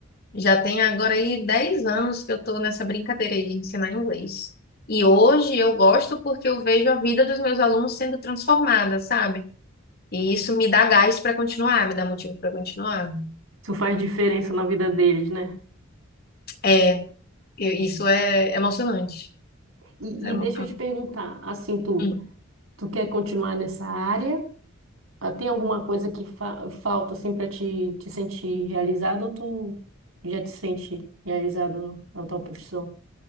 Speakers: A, on the left; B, on the right.
A: já tem agora aí 10 anos que eu tô nessa brincadeira aí de ensinar inglês. E hoje eu gosto porque eu vejo a vida dos meus alunos sendo transformada, sabe? E isso me dá gás para continuar, me dá motivo para continuar.
B: Tu faz diferença na vida deles, né?
A: É, eu- isso é emocionante.
B: E,
A: Isso É
B: e
A: emocionante.
B: deixa eu te perguntar, assim, tu,
A: Hum.
B: tu quer continuar nessa área? Ah, Tem alguma coisa que fa- falta assim para te, te sentir realizado ou tu já te sente realizado no- na tua profissão?